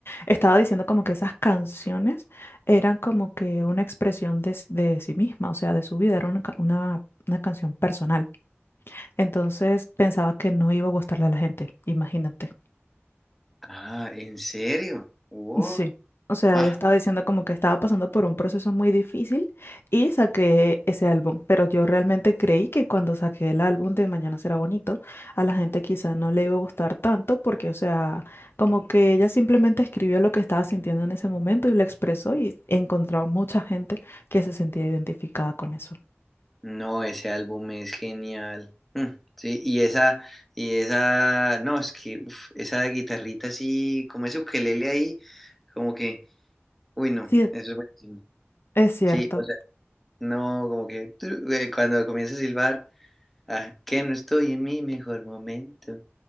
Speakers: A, on the left (about 55°); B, in the centre.
A: estaba diciendo como que esas canciones eran como que una expresión de, s- de sí misma, o sea, de su vida, era una, ca- una una canción personal. Entonces pensaba que no iba a gustarle a la gente, imagínate.
B: Ah, ¿en serio? Wow.
A: Sí, o sea,
B: Ah,
A: ella estaba diciendo como que estaba pasando por un proceso muy difícil y saqué ese álbum, pero yo realmente creí que cuando saqué el álbum de Mañana será bonito, a la gente quizás no le iba a gustar tanto porque, o sea, como que ella simplemente escribió lo que estaba sintiendo en ese momento y lo expresó y encontró mucha gente que se sentía identificada con eso.
B: no, ese álbum es genial. Mm, sí, y esa, y esa, no, es que uf, esa guitarrita así, como ese ukelele ahí, como que. Uy, no,
A: Sí,
B: eso es buenísimo.
A: es cierto,
B: Sí, o sea, no, como que tru- eh, cuando comienza a silbar, ah, que no estoy en mi mejor momento,